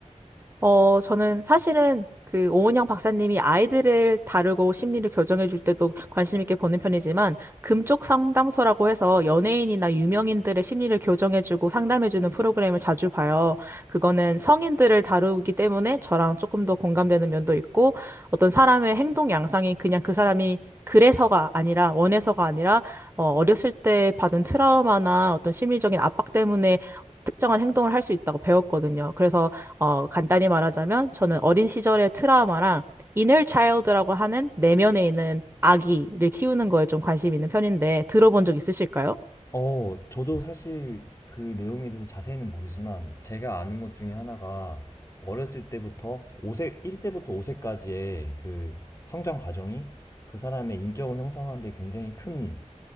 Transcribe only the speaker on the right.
어, 저는 사실은 그 오은영 박사님이 아이들을 다루고 심리를 교정해 줄 때도 관심 있게 보는 편이지만 금쪽 상담소라고 해서 연예인이나 유명인들의 심리를 교정해 주고 상담해 주는 프로그램을 자주 봐요. 그거는 성인들을 다루기 때문에 저랑 조금 더 공감되는 면도 있고 어떤 사람의 행동 양상이 그냥 그 사람이 그래서가 아니라 원해서가 아니라 어, 어렸을 때 받은 트라우마나 어떤 심리적인 압박 때문에 특정한 행동을 할 수 있다고 배웠거든요. 그래서 어, 간단히 말하자면 저는 어린 시절의 트라우마랑 inner child라고 하는 내면에 있는 아기를 키우는 거에 좀 관심 있는 편인데 들어본 적 있으실까요?